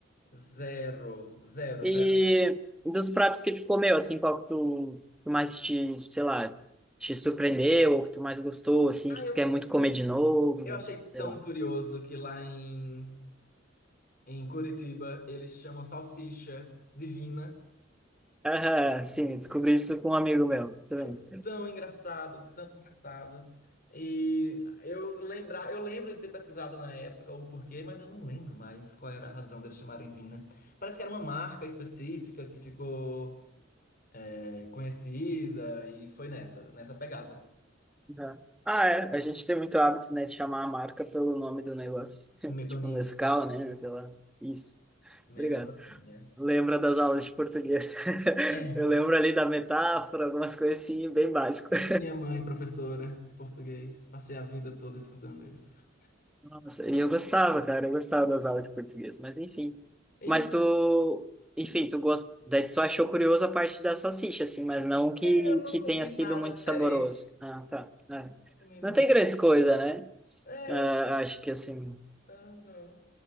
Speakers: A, on the left; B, in the centre.
A: Zero, zero,
B: E
A: zero.
B: dos pratos que tu comeu, assim, qual que tu tu mais te, sei lá, te surpreendeu, ou que tu mais gostou, assim,
A: Ah,
B: que
A: eu,
B: tu quer
A: comi.
B: muito comer de novo,
A: eu achei
B: sei
A: tão
B: lá.
A: curioso que lá em, em Curitiba eles chamam salsicha divina.
B: Aham, sim, eu descobri isso com um amigo meu, também.
A: Foi tão engraçado, tão engraçado. E eu lembrar, eu lembro de ter pesquisado na época o porquê, mas eu não lembro mais qual era a razão deles chamarem Vina. Parece que era uma marca específica que ficou é, conhecida e foi nessa, nessa pegada.
B: Uhum. Ah, é. A gente tem muito hábito, né, de chamar a marca pelo nome do negócio. <laughs>
A: Metoninha,
B: Tipo Nescau, né? Sei lá. Isso.
A: metoninhas.
B: Obrigado. Lembra das aulas de português. <laughs>
A: É.
B: Eu lembro ali da metáfora, algumas coisas assim, bem básicas.
A: Minha mãe, professora de português, passei a vida toda escutando isso.
B: <laughs> Nossa, e eu gostava, cara. Eu gostava das aulas de português, mas enfim.
A: Enfim,
B: Mas tu... Enfim, tu gost... Daí tu só achou curioso a parte da salsicha, assim, mas não que,
A: eu não
B: que
A: comi
B: tenha sido
A: nada
B: muito
A: diferente.
B: saboroso. Ah, tá. É.
A: Não comi, não.
B: Não tem grandes coisas, né?
A: É,
B: Ah, acho que assim...
A: aham.